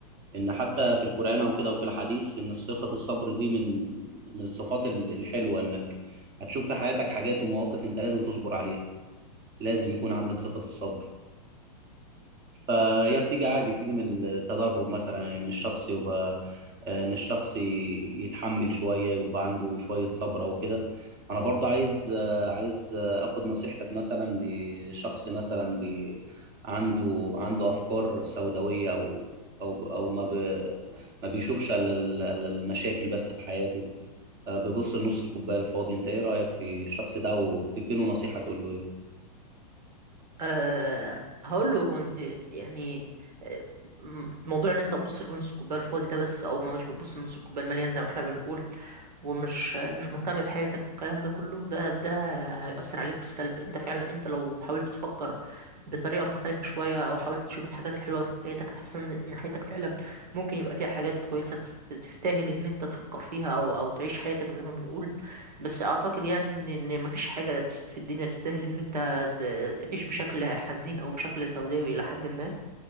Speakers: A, on the right (about 20°); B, on the right (about 85°).
A: ان حتى في القرآن او كده وفي الحديث ان صفة الصبر دي من من الصفات ال- الحلوة انك هتشوف في حياتك حاجات ومواقف انت لازم تصبر عليها لازم يكون عندك صفة الصبر فهي بتيجي عادي بتيجي من التدرب مثلا ان الشخص يبقى ان الشخص يتحمل شويه يبقى عنده شويه صبر او كده انا برضه عايز عايز اخد نصيحتك مثلا لشخص مثلا بي عنده عنده افكار سوداويه او او او ما ب... ما بيشوفش الا ال- إلا المشاكل بس في حياته آه، بيبص لنص الكوبايه الفاضي انت ايه رايك في الشخص ده وتديله نصيحه تقول له ايه
B: أه هقول له هو إنت- يعني آه، م- موضوع ان انت تبص لنص الكوبايه الفاضي ده بس او ما مش بتبص لنص الكوبايه المليان زي ما احنا بنقول ومش مش مهتم بحياتك الكلام ده كله ده ده هيأثر عليك بالسلب انت فعلا انت لو حاولت تفكر بطريقة مختلفة شوية او حاولت تشوف الحاجات الحلوة في حياتك هتحس ان ان حياتك فعلا ممكن يبقى فيها حاجات كويسة تست- تستاهل ان انت تفكر فيها او او تعيش حياتك زي ما بنقول بس اعتقد يعني ان إن مفيش حاجة تست- في الدنيا تستاهل ان انت ت- تعيش بشكل حزين او بشكل سوداوي الى حد ما